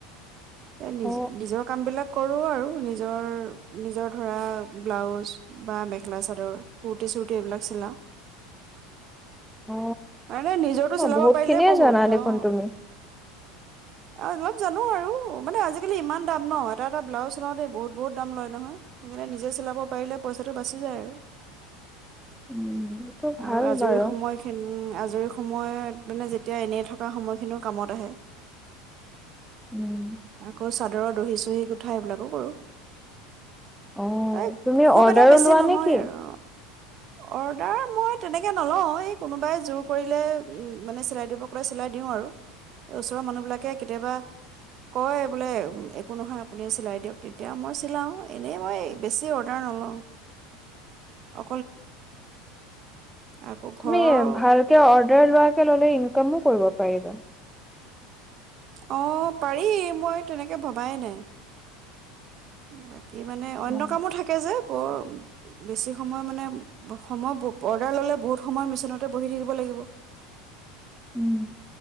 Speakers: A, on the right; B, in the centre.
A: নি
B: অ
A: নিজৰ কাম বিলাক কৰো আৰু নিজৰ নিজৰ ধৰা ব্লাউজ বা মেখেলা চাদৰ কুৰ্টি চু কেইবিলাক চিলা
B: অ
A: মানে নিজৰটো
B: অ
A: চিলাব
B: বহুত
A: পাৰিলে
B: খিনিয়ে
A: বহুত
B: জানা দেখোন
A: অ
B: তুমি।
A: অ অলপ জানো আৰু মানে আজিকালি ইমান দাম ন এটা এটা ব্লাউজ চিলাওঁ দেই বহুত বহুত দাম লয় নহয় সেইকাৰণে নিজে চিলাব পাৰিলে পইচাটো বাচি যায় আৰু
B: উম এইটো ভাল
A: আৰু আজৰি
B: বাৰু
A: সময়খিনি আজৰি সম সময়ত মানে যেতিয়া এনে থকা সময়খিনিও কামত আহে
B: উম
A: অক চ ৰত দহি চহি গো কথা এইবিলাকো কৰোঁ
B: অ
A: এই
B: তুমি
A: খুব
B: অৰ্ডাৰো
A: এটা বেছি
B: লোৱা
A: নহয়
B: নে কি?
A: আৰু অৰ্ডাৰ মই তেনেকে নলও এই কোনোবাই জোৰ কৰিলে মানে চিলাই দিব কলে চিলাই দিওঁ আৰু এই ওচৰৰ মানুহবিলাক ত কেতিয়াবা কয় বোলে একো নহয় আপুনি চিলাই দিয়ক তেতিয়া মই চিলাওঁ এনেই মই বেছি অৰ্ডাৰ নলওঁ অ আকৌ ঘৰৰ
B: তুমি ভালকে অৰ্ডাৰ লোৱাকে ললে ইনকামো কৰিব পাৰিব।
A: আহ পাৰি মই তেনেকে ভবাই নাই। উম কি মানে অন্য
B: অ
A: কামো থাকে যে বৰ বেছি সময় মানে-সময় অৰ্ডাৰ ললে বহুত সময় মেচিনতে বহি থাকিব লাগিব।
B: উম।